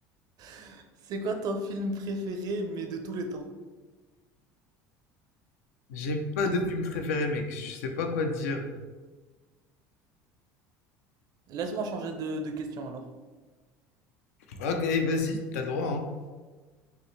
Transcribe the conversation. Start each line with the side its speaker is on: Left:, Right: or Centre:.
Right: <laughs> C'est quoi ton film préféré, mais de tous les temps?
Left: J'ai pas de film préféré mec, je sais pas quoi dire.
Right: Laisse-moi changer de, de question alors.
Left: Ok, eh, vas-y, t'as le droit hein.